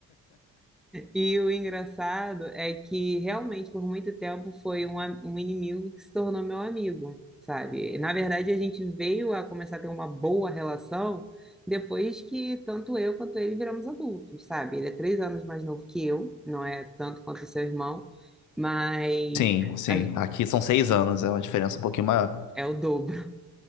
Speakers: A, in the centre; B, on the left.
A: E o engraçado é que realmente por muito tempo foi um, a- um inimigo que se tornou meu amigo, sabe? Na verdade, a gente veio a começar a ter uma boa relação depois que tanto eu quanto ele viramos adultos, sabe? Ele é três anos mais novo que eu, não é tanto quanto seu irmão, mas
B: Sim, sim.
A: a gen-
B: Aqui são seis anos, é uma diferença um pouquinho maior.
A: é o dobro.